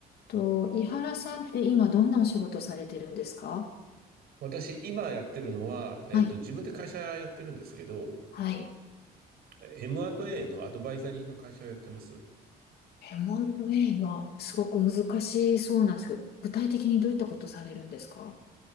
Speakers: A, on the left; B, on the right.
A: と、井原さんって今どんなお仕事されてるんですか
B: 私、今やってるのは、えっと、
A: はい。
B: 自分で会社やってるんですけど、
A: はい。
B: M&A のアドバイザリーの会社をやってます。
A: M&A がすごく難しそうなんですけど、具体的にどういったことされるんですか